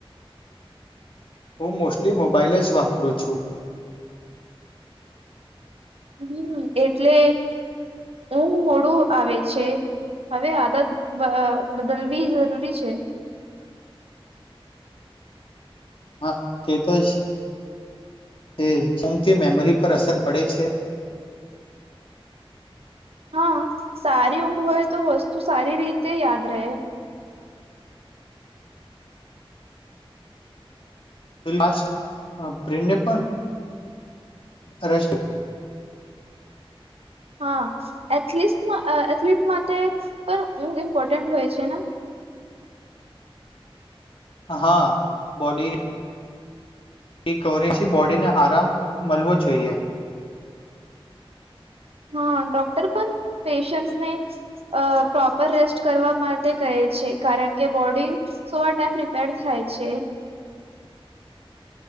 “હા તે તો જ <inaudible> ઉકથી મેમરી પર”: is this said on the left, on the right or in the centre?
Left